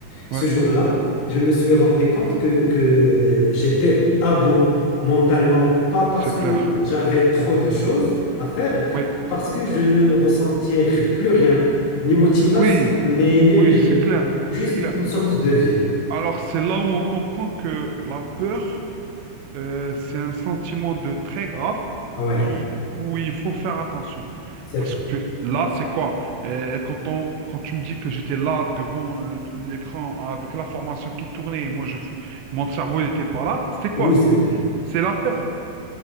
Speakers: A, on the left; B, on the right.
A: Ce
B: ouais,
A: jour-là,
B: ouais,
A: je me suis rendu compte que, que, euh, j'étais à bout mentalement, pas parce
B: c'est
A: que
B: clair.
A: j'avais trop de choses à faire,
B: Oui,
A: mais parce que je ne ressentais r- plus rien, ni motivation,
B: oui,
A: ni énergie,
B: oui, c'est clair,
A: juste
B: c'est clair.
A: une sorte de vide.
B: Alors, c'est là où on comprend que la peur, euh, c'est un sentiment de très grave
A: Ah Ouais,
B: qui, où il faut faire attention.
A: c'est
B: Parce
A: vrai.
B: que là, c'est quoi? Euh, quand on, quand tu me dis que j'étais là devant euh, l'écran avec la formation qui tournait et moi, je, fais- mon cerveau n'était pas là, c'était quoi?
A: Oui,
B: C'est,
A: c'est vrai.
B: c'est la peur.